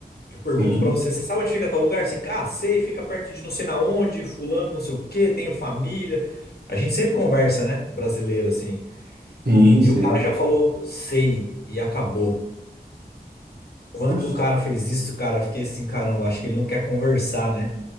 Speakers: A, on the left; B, on the right.
A: Eu pergunto
B: Sim,
A: pra você: Você sabe onde fica tal lugar? Você, ah, sei, fica perto de não sei na onde, fulano, não sei o quê, tenho família. A gente sempre conversa, né? Brasileiro assim.
B: sim,
A: E
B: sim.
A: o cara já falou: Sei, e acabou. Quando
B: Oxe.
A: o cara fez isso, cara, eu fiquei assim, caramba, acho que ele não quer conversar, né?